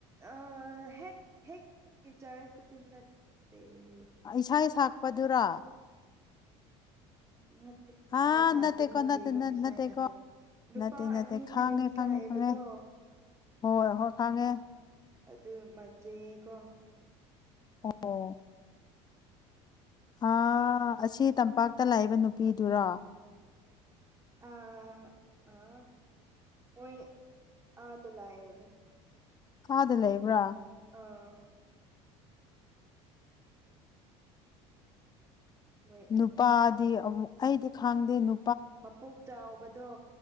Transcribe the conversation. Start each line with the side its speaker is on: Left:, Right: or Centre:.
Right: ꯑꯥ ꯍꯦꯛ ꯍꯦꯛꯀꯤ ꯆꯔꯁꯇꯨꯗꯤ ꯅꯠ ꯑꯦ
Left: ꯏꯁꯩ ꯁꯛꯄꯗꯨꯔꯣ
Right: ꯅꯠꯇꯦ ꯏꯁꯩ
Left: ꯑꯥ
Right: ꯁꯛꯇꯦ
Left: ꯅꯠꯇꯦꯀꯣ
Right: ꯃꯣꯏꯒꯤ
Left: ꯅꯠꯇꯦ
Right: ꯌꯨꯝ ꯏꯁꯩ
Left: ꯅꯠꯇꯦꯀꯣ
Right: ꯅꯠꯇꯦ ꯅꯨꯄꯥ
Left: ꯅꯠꯇꯦ ꯅꯠꯇꯦ
Right: ꯑꯅꯤ
Left: ꯈꯥꯡꯉꯦ
Right: ꯇ꯭ꯋꯤꯟꯁ
Left: ꯈꯥꯡꯉꯦ
Right: ꯂꯩꯕꯗꯣ
Left: ꯈꯪꯉꯦ ꯍꯣꯏ ꯍꯣꯏ ꯈꯪꯉꯦ
Right: ꯑꯗꯨ ꯃꯆꯦꯀꯣ
Left: ꯑꯣ ꯑ ꯑꯁꯤ ꯇꯝꯄꯥꯛꯇ ꯂꯩꯕ ꯅꯨꯄꯤꯗꯨꯔꯣ
Right: ꯑꯥ ꯑꯥ ꯃꯣꯏ ꯑꯥꯗ ꯂꯩꯕꯅꯤ
Left: ꯏꯝꯐꯥꯜꯗ ꯂꯩꯕ꯭ꯔꯥ
Right: ꯑꯥ ꯃꯣꯏ
Left: ꯅꯨꯄꯥꯗꯤ ꯑꯃꯨꯛ ꯑꯩꯗꯤ ꯈꯪꯗꯦ ꯅꯨ
Right: ꯃꯄꯨꯛ ꯆꯥꯎꯕꯗꯣ